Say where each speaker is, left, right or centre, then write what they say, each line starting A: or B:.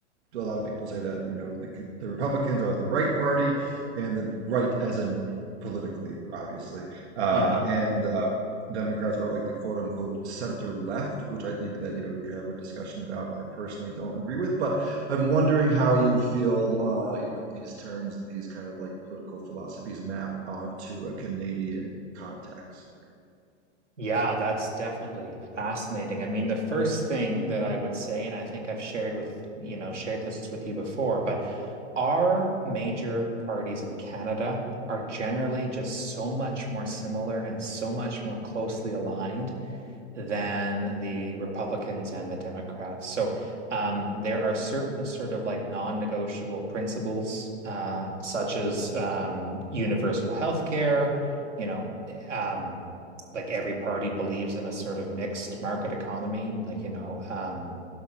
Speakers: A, on the right; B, on the right.
A: a lot of people say that you know the, the Republicans are the right party and the right as in politically, obviously, uh,
B: hmm
A: and um, Democrats are like the quote unquote center left, which I think that you know we could have a discussion about. And I personally don't agree with, but I'm wondering how you feel uh, you know these terms and these kind of like political philosophies map onto a Canadian context.
B: Yeah, that's definitely fascinating. I mean, the first thing that I would say, and I think I've shared with, you know, shared this with you before, but our major parties in Canada are generally just so much more similar and so much more closely aligned than the Republicans and the Democrats. So um, there are certain sort of like non-negotiable principles, uh, such as um, universal health care, you know, um, like every party believes in a sort of mixed market economy, and, like, you know, um,